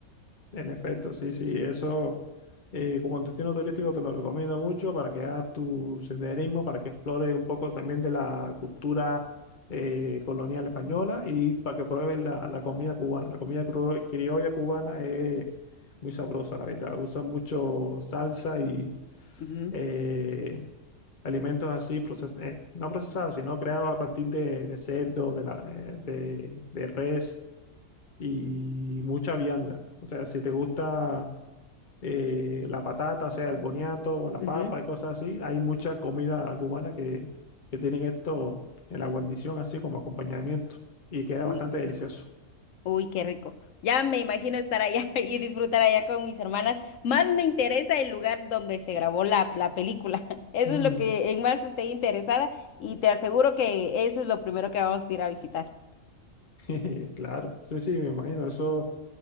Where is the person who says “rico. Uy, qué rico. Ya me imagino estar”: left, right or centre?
Left